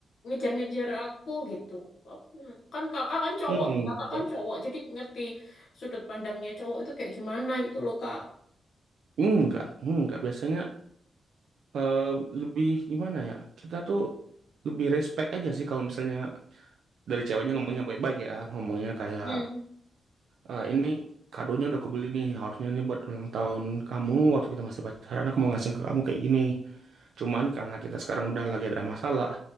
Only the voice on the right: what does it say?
hmm,
enggak,
enggak, enggak. Biasanya eh, lebih gimana ya? Kita tuh lebih respect aja sih kalau misalnya dari ceweknya ngomongnya baik-baik ya, ngomongnya kayak
"Eh, ini kadonya udah kebeli nih, harusnya ini buat ulang tahun kamu waktu kita masih pacaran aku mau ngasih ke kamu kayak gini. Cuman karena kita sekarang udah lagi ada masalah,